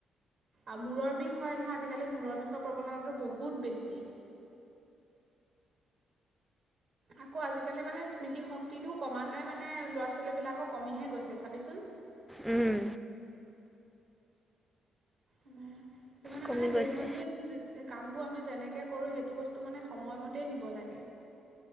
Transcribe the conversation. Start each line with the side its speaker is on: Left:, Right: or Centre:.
Right: আৰু মূৰৰ বিষ হয় নহয় আজিকালি, মূৰৰ বিষৰ প্ৰৱণতাটো বহুত বেছি। আকৌ আজিকালি মানে, স্মৃতিশক্তিটো ক্ৰমানে মানে ল'ৰা ছোৱালীবিলাকক কমিহে গৈছে চাবিচোন।
Centre: উম।
Right: আমাৰ। সেইটো কাৰণে
Centre: কমি
Right: মানে দৈনন্দিন।
Centre: গৈছে।
Right: কাম আমি যেনেকে কৰোঁ, সেইটো বস্তু মানে সমম নিব লাগে।